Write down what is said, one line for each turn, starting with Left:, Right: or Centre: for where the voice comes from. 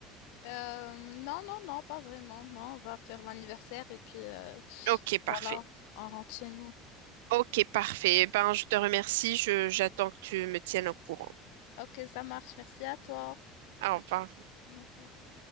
Left: Euh, non, non, non, pas vraiment. Non, on va faire l'anniversaire et puis euh,
Right: Ok, parfait.
Left: voilà, on rentre chez nous.
Right: Ok, parfait. Eh Ben, je te remercie. Je, j'attends que tu me tiennes au courant.
Left: Ok, ça marche. Merci à toi.
Right: Au revoir.
Left: Au revoir.